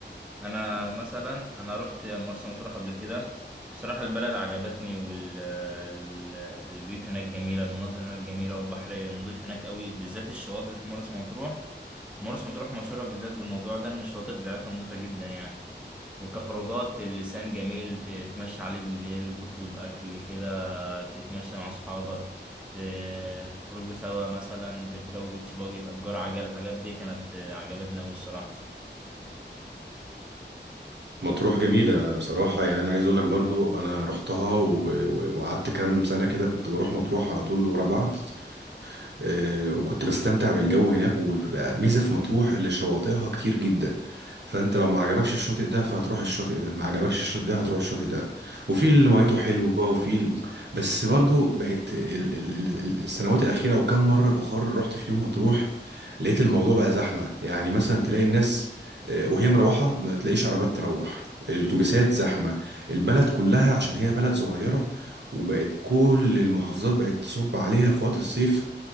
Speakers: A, in the centre; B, on the right.
A: انا مثلا انا رحت مرسى مطروح قبل كده بصراحه البلد عجبتني والبيوت هناك جميله المناظر هناك جميله والبحر نظيف هناك قوي بالذات الشواطئ في مرسى مطروح مرسى مطروح مشهوره بالذات بالموضوع ده ان الشواطئ بتاعتها نظيفه جدا يعني وكخروجات اللسان جميل ت- تتمشى عليه بالليل تطلب اكل كده تتمشى مع اصحابك ت- تخرجوا سوا مثلا تركبوا بيتش باجي تأجروا عجل الحاجات دي كانت عجبتنا قوي الصراحه
B: مطروح جميلة بصراحة يعني أنا عايز أقول لك برضو أنا رحتها و- و- وقعدت كام سنة كده كنت بروح مطروح على طول ورا بعض آه، وكنت بستمتع بالجو هناك وبيبقى ميزة في مطروح اللي شواطئها كتير جدا فانت لو ما عجبكش الشاطئ ده فهتروح الشاطئ ده ما عجبكش الشاطئ ده هتروح الشاطئ ده وفي اللي ميته حلوة وفي ال... بس برضو بقت ال... ال... ال- السنوات الأخيرة أو كم مرة الأخر رحت في يوم مطروح لقيت الموضوع بقى زحمة يعني مثلا تلاقي الناس آه، وهي مروحة ما تلاقيش عربات تروح الأتوبيسات زحمة البلد كلها عشان هي بلد صغيرة وبقت كل المحافظات بقت تصب عليها في وقت الصيف